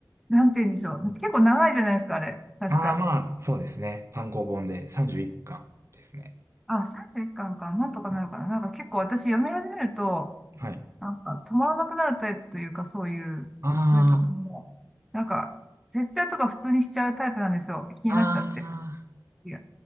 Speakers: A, in the centre; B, on the right.
A: なんて言うんでしょう。結構長いじゃないですか、あれ。確か。
B: ああ、まあ、そうですね。単行本で31巻ですね。
A: あ、31巻かんか。なんとかなるかな。
B: うん
A: なんか結構私読み始めると、
B: はい。
A: なんか止まらなくなるタイプというか、そういう続きも、
B: あ
A: なんか、徹夜とか普通にしちゃうタイプなんですよ。気になっちゃって。
B: あ、ああ、
A: いや、